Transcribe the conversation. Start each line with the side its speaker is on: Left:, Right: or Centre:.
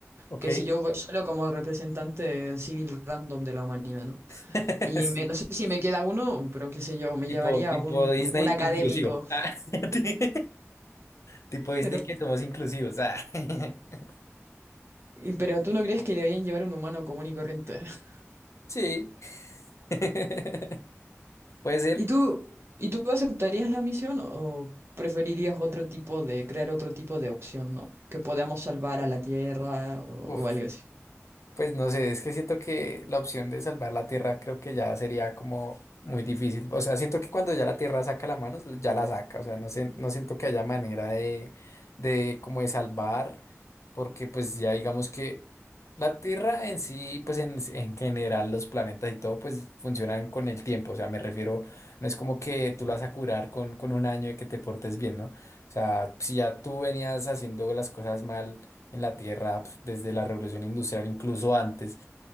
Left: Ok.
Right: Que si yo voy solo como representante civil random de la humanidad, ¿no?
Left: <laughs>
Right: Y
Left: Sí.
Right: me- no sé si me queda uno, pero qué sé yo, me
Left: Tipo,
Right: llevaría
Left: tipo
Right: un,
Left: Disney
Right: un académico.
Left: inclusivo. Ah, <laughs> Ti- Tipo Disney
Right: Pero,
Left: que somos inclusivos. ah. <laughs>
Right: y- pero tú no crees que deberían llevar un humano común y corriente. <laughs>
Left: sí. <laughs> Puede ser.
Right: ¿Y tú, y tú aceptarías la misión o preferirías otro tipo de, crear otro tipo de opción, ¿no? Que podamos salvar a la Tierra o
Left: Uf.
Right: o algo así.
Left: Pues no sé, es que siento que la opción de salvar la Tierra creo que ya sería como muy difícil. O sea, siento que cuando ya la Tierra saca la mano, ya la saca. O sea, no sé, no siento que haya manera de, de como de salvar, porque pues ya digamos que la Tierra en sí, pues en, en general los planetas y todo, pues funcionan con el tiempo. O sea, me refiero, no es como que tú la vas a curar con, con un año de que te portes bien, ¿no? O sea, si ya tú venías haciendo las cosas mal en la Tierra pf, desde la Revolución Industrial, incluso antes.